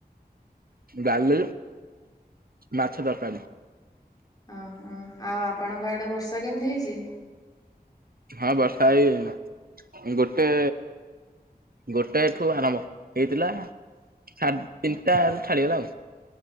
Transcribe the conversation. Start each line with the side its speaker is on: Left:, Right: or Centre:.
Right: ଡାଲି ମାଛ ତରକାରୀ।
Left: ଓହୋ ଆଉ ଆପଣଙ୍କ ଆଡେ ବର୍ଷା କେମିତି ହେଇଛି।
Right: ହଁ ବର୍ଷା ଏଇ ଗୋଟେ ଗୋଟେ ଠୁ ଆରମ୍ଭ ହେଇଥିଲା ସାଢେ ତିନିଟା ଛାଡିଗଲା ଆଉ।